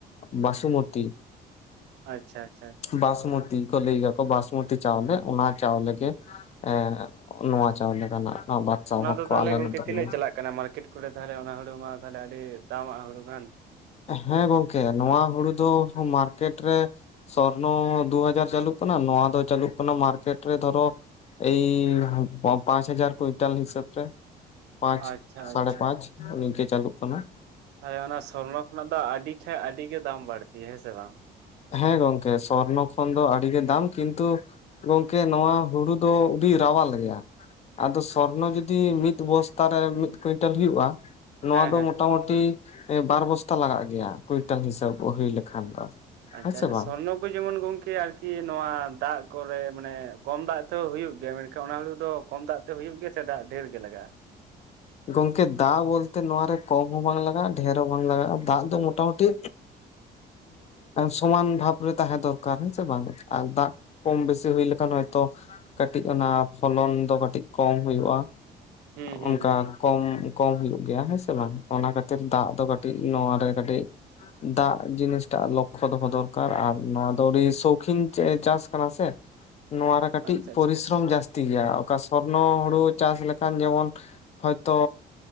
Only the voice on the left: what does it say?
ᱵᱟᱥᱩᱢᱚᱛᱤ
ᱵᱟᱥᱢᱚᱛᱤ ᱠᱚ ᱞᱟᱹᱭ ᱭᱟᱠᱚ ᱵᱟᱥᱢᱚᱛᱤ ᱪᱟᱣᱞᱮ ᱚᱱᱟ ᱪᱟᱣᱞᱮ ᱜᱮ ᱮ ᱱᱚᱣᱟ ᱪᱟᱣᱞᱮ ᱠᱟᱱᱟ ᱱᱚᱣᱟ ᱵᱟᱫᱥᱟᱦᱚᱵ
ᱠᱚ
ᱟᱞᱮ
ᱱᱚᱛᱮ
ᱨᱮ
ᱦᱮᱸ ᱜᱚᱝᱠᱮ ᱱᱚᱣᱟ ᱦᱩᱲᱩ ᱫᱚ ᱢᱟᱨᱠᱮᱴ ᱨᱮ ᱥᱚᱨᱱᱚ ᱫᱩ ᱦᱟᱡᱟᱨ ᱪᱟᱹᱞᱩᱜ ᱠᱟᱱᱟ ᱱᱚᱣᱟ ᱫᱚ ᱪᱟᱹᱞᱩᱜ ᱠᱟᱱᱟ ᱢᱟᱨᱠᱮᱴ ᱨᱮ ᱫᱷᱚᱨᱚ ᱮᱭ ᱯᱟᱸᱪ ᱦᱟᱡᱟᱨ ᱠᱩᱭᱤᱱᱴᱟᱞ ᱦᱤᱥᱟᱹᱵ ᱛᱮ ᱯᱟᱸᱪ
ᱥᱟᱲᱮ
ᱯᱟᱸᱪ ᱱᱤᱝᱠᱟᱹ ᱪᱟᱞᱩᱜ ᱠᱟᱱᱟ
ᱦᱮᱸ ᱜᱚᱢᱠᱮ ᱥᱚᱨᱱᱚ ᱠᱷᱚᱱ ᱫᱚ ᱟᱹᱰᱤᱜᱮ ᱫᱟᱢ ᱠᱤᱱᱛᱩ ᱜᱚᱝᱠᱮ ᱱᱚᱣᱟ ᱦᱩᱲᱩ ᱫᱚ ᱟᱹᱰᱤ ᱨᱟᱣᱟᱞ ᱜᱮᱭᱟ ᱟᱫᱚ ᱥᱚᱨᱱᱚ ᱡᱩᱫᱤ ᱢᱤᱫ ᱵᱚᱥᱛᱟ ᱨᱮ ᱢᱤᱫ ᱠᱩᱭᱤᱱᱴᱟᱞ ᱦᱩᱭᱩᱜᱼᱟ ᱱᱚᱣᱟ
ᱫᱚ
ᱢᱚᱴᱟᱢᱩᱴᱤ ᱵᱟᱨ ᱵᱚᱥᱛᱟ ᱞᱟᱜᱟᱜ ᱜᱮᱭᱟ ᱠᱩᱭᱤᱱᱴᱟᱞ ᱦᱤᱥᱟᱹᱵ ᱦᱩᱭ ᱞᱮᱠᱷᱟᱱ ᱫᱚ
ᱦᱮᱸ ᱥᱮ
ᱵᱟᱝ
ᱜᱚᱢᱠᱮ ᱫᱟᱜ ᱵᱚᱞᱛᱮ ᱱᱚᱣᱟᱨᱮ ᱠᱚᱢ ᱦᱚᱸ ᱵᱟᱝ ᱞᱟᱜᱟᱜᱼᱟ ᱰᱷᱮᱨ ᱦᱚᱸ ᱵᱟᱝ ᱞᱟᱜᱟᱜᱼᱟ ᱫᱟᱜ ᱫᱚ ᱢᱚᱴᱟᱢᱩᱴᱤ ᱥᱚᱢᱟᱱ ᱵᱷᱟᱯᱨᱮ ᱛᱟᱦᱮᱸ ᱫᱚᱨᱠᱟᱨ ᱦᱮᱸ ᱥᱮ ᱵᱟᱝ ᱟᱨ ᱫᱟᱜ ᱠᱚᱢ ᱵᱮᱥᱤ ᱦᱩᱭ ᱞᱮᱠᱷᱟᱱ ᱦᱚᱭᱛᱳ ᱠᱟᱹᱴᱤᱡ ᱚᱱᱟ ᱯᱷᱚᱞᱚᱱ ᱫᱚ ᱠᱟᱹᱴᱤᱡ ᱠᱚᱢ ᱦᱩᱭᱩᱜᱼᱟ
ᱚᱱᱠᱟ
ᱠᱚᱢ ᱠᱚᱢ ᱦᱩᱭᱩᱜ ᱜᱮᱭᱟ ᱦᱮᱸ ᱥᱮ ᱵᱟᱝ ᱚᱱᱟ ᱠᱷᱟᱹᱛᱤᱨ ᱫᱟᱜ ᱫᱚ ᱠᱟᱹᱴᱤᱡ ᱱᱚᱣᱟ ᱨᱮ ᱠᱟᱹᱴᱤᱡ ᱫᱟᱜ ᱡᱤᱱᱤᱥᱴᱟᱜ ᱞᱚᱠᱠᱷᱚ ᱫᱚᱦᱚ ᱫᱚᱨᱠᱟᱨ ᱟᱨ ᱱᱚᱣᱟ ᱫᱚ ᱟᱹᱰᱤ ᱥᱳᱠᱷᱤᱱ ᱪᱟᱥ ᱠᱟᱱᱟ ᱥᱮ <inaudible> ᱱᱚᱣᱟ ᱨᱮ ᱠᱟᱹᱴᱤᱡ
ᱯᱚᱨᱤᱥᱨᱚᱢ
ᱡᱟᱹᱥᱛᱤ ᱜᱮᱭᱟ ᱚᱠᱟ ᱥᱚᱨᱱᱚ ᱦᱩᱲᱩ ᱪᱟᱥ ᱞᱮᱠᱷᱟᱱ ᱡᱮᱢᱚᱱ ᱦᱚᱭᱛᱚ